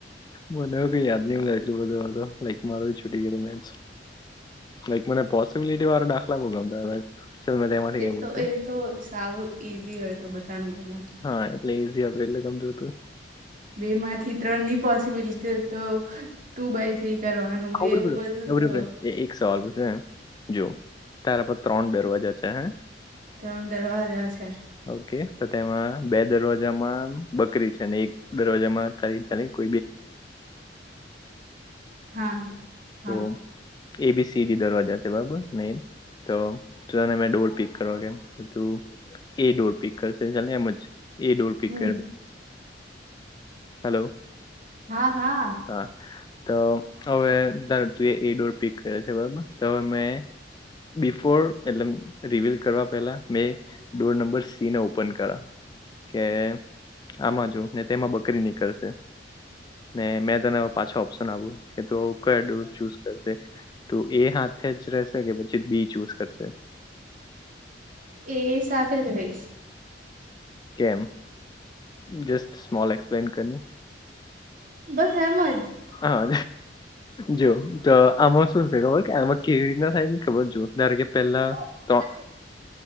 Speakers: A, on the left; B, on the right.
A: મને કઈ યાદ નહ મળે એટલું બધો લક મારો છૂટી ગયું મેસ લાઈક મને પોસબિલિટી વાળ દાખલામાં ગમતા ચાલ મેં તેમાંથી
B: એ
A: કઈ
B: તો
A: પૂછું
B: એ તો સાવ ઈઝી હોય, તો બધાને ગમ
A: હા એટલે ઈઝી હત એટલે ગમજ હતુ
B: બે માંથી ત્રણ નની પોસિબિલિટી તો ટુ બાય થ્રી કરવાનું
A: હા ઉભી
B: એવું
A: રહો
B: બધું
A: ઉભી
B: તો
A: રહો એ એક સવાલ પૂછો જો તાર પર ત્રણ દરવાજા છે હ
B: ત્રણ દરવાજા છે.
A: ઓકે તેમાં બે દરવાજામાં બકરી છેને, એક દરરોજામાં કો
B: હા હા
A: તો એ બી સીડી દરવાજા છે બરાબર ન તો તું તને મે ડોર પિક કરવા કેમ તુ એ ડોરપિક કરશે ચ એમજ એ ડોર પિક
B: હમ
A: કરે હલો
B: હા હા
A: હા તો હવે તું એ એ ડોર પિક કર્યો છે બરોબર તો હવે મેં બિફોર એટ રિવિલ કરવા પેલા મે ડોર નંબર સી ને ઓપન કર કે આમાં જો ને તેમાં નોકરી નીકળશે ને મેં તને પાછા ઓપ્શન આપ્યું કે તોડોર ચૂઝ કરશે તો એ હાથે જ રહેશે કે પછી બી ચૂઝ કરશે
B: એ સાથે જ રહીશ
A: કેમ જસ્ટ સ્મોલ એક્સપ્લેન કરની
B: બસ એમ જ
A: હા જ જો તો આમાં શું છે ખબર કે આમાં કેવી રીત ના થાયને ખબર જોુ નારે કે પહેલા
B: હા
A: તો